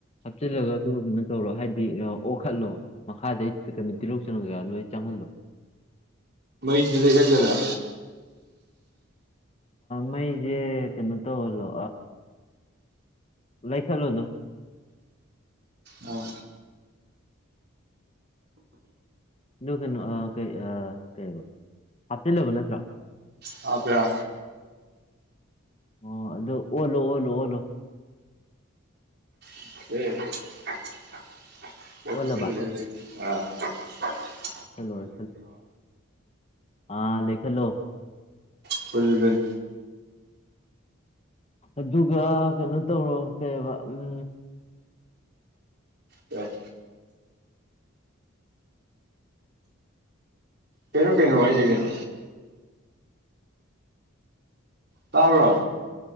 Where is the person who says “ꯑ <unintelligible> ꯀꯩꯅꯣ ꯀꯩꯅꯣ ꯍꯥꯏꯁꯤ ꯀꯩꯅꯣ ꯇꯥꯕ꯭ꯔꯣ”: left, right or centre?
Right